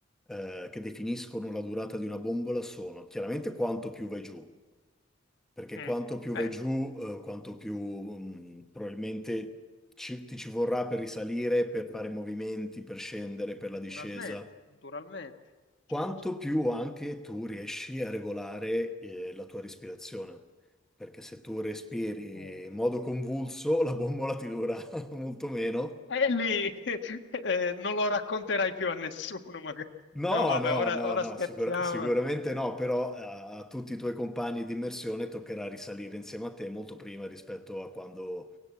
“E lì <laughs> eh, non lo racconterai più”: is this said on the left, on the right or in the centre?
Left